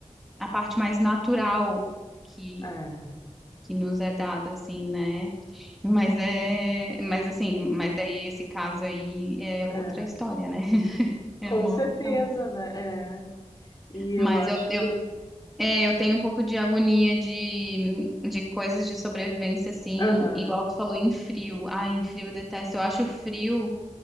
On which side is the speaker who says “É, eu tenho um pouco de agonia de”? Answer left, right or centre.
Centre